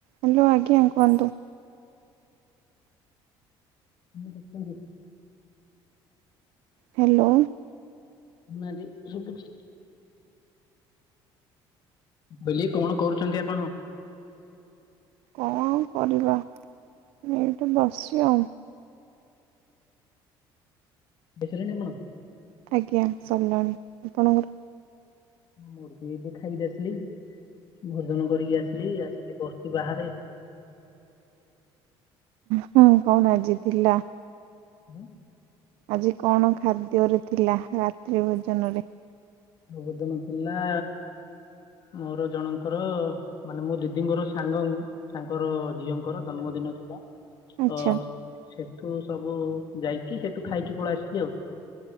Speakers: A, on the right; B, on the left.
A: Hello ଆଜ୍ଞା କୁହନ୍ତୁ?
B: ମୁଁ ଦଖି <unintelligible>
A: ହ୍ୟାଲୋ।
B: ମାରେ ଶୁଭୁଛି। ବୋଲି କଣ୍ କରୁଚନ୍ତି ଆପଣ?
A: କଣଆଉ କରିବା ମୁଁ ଏଇଠି ବସିଚି ଆଉ।
B: ବିସେଇଲେଣି ଆପଣ?
A: ଆଜ୍ଞା ସରିଲାଣି ଆପଣଙ୍କର?
B: ମୋର୍ ବି ଏବେ ଖାଇକି ଆସିଲି ଭୋଜନ କରିକି ଆସିଲି ଆସିକି ବସିଛି ବାହାରେ
A: ହୁଁ କଣ ଆଜି ଥିଲା?
B: ହୁଁ।
A: ଆଜି କଣ ଖାଦ୍ୟରେ ଥିଲା ରାତ୍ରି ଭୋ ଜନରେ?
B: ଭୋଜନ ଥିଲା ମୋର ଜଣଙ୍କର ମାନେ ମୋ ଦିଦିଙ୍କର ସାଙ୍ଗଙ୍କ ତାଙ୍କର ର ଝିଅଙ୍କର ଜନ୍ମଦିନ ଥିଲା
A: ଆଚ୍ଛା
B: ତ ସେଠୁ ସବୁ ଯାଇକି ସେଠୁ ଖାଇକି ପଳେଇ ଆସିଲି ଆଉ।